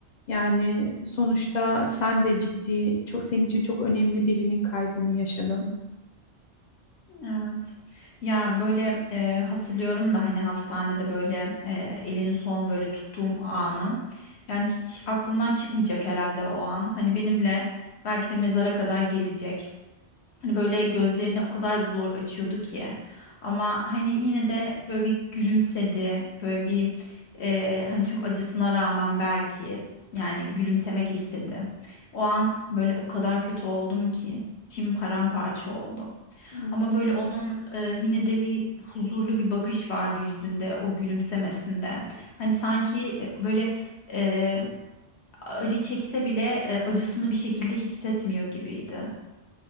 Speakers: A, on the left (about 55°); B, on the left (about 70°).
A: Yani sonuçta sen de ciddi çok senin için çok önemli birinin kaybını yaşadın.
B: Evet. Ya böyle e, hatırlıyorum da hani hastanede böyle e, elini son böyle tuttuğum anı. Yani hiç aklımdan çıkmayacak herhalde o an. Hani benimle belki de mezara kadar gelecek. Hani böyle gözlerini o kadar zor açıyordu ki. Ama hani yine de böyle bir gülümsedi. Böyle bir e, hani tüm acısına rağmen belki yani gülümsemek istedi. O an böyle o kadar kötü oldum ki. İçim paramparça oldu.
A: Hı,
B: Ama böyle onun e, yine de bir huzurlu bir bakış vardı yüzünde, o gülümsemesinde. Hani sanki e, böyle e, acı çekse bile e, acısını bir şekilde hissetmiyor gibiydi.